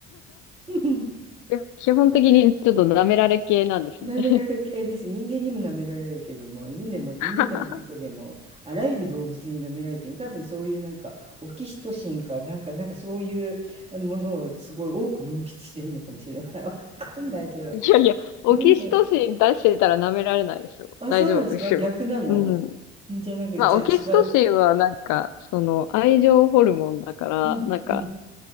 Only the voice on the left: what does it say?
や基本的にちょっと舐められ系なんですね。
<laughs>
いやいや、オキシトシン出してたら舐められないでしょ。
大丈夫ですよ。
うん。
まあ、
オキシトシンはなんか、その、愛情ホルモンだから、
なんか、